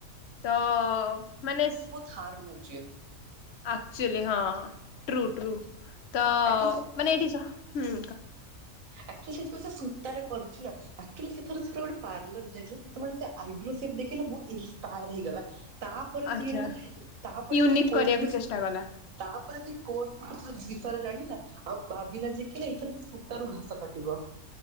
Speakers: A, on the left; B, on the right.
A: ତ ମାନେ
B: ଥାର୍ମ ହେଉଛେ
A: ଆକ୍ଚୁଆଲି ହଁ ଟ୍ରୁ ଟ୍ରୁ ତ
B: ଆକ୍ଚୁଆଲି
A: ମାନେ ଏଇଠି ଜ ହଁ
B: ଆକ୍ଚୁଆଲି ସେ ସୂତାରେ କରୁଥିଲା। ଆକ୍ଚୁଲି ସେର ଥର ଗୋଟେ ପାର୍ଲର ଯାଇଥିଲା ସେତେବେଳେ ସେ ଆଇବ୍ରୋ ସେପ ଦେଖିକିନା ବୋହୁତ ଇନ୍ସପାୟାର ହେଇଗଲା। ତାପରେ
A: ଆଚ୍ଛା
B: ସିଏ ହେଲା ତାପରେ
A: ୟୁନିକ୍
B: ସିଏ କୋର୍ସ
A: କରିବାକୁ
B: ବିସ
A: ଚେଷ୍ଟା କଲା।
B: ତାପରେ ସେ କୋର୍ସ ବିଷୟରେ ଜାଣିଲା ଆଉ ଭାବିଲା ଜେଖିଲେ ଏଥରେ ସେ ସୂତା ରୁ ଘସ କଟିବ।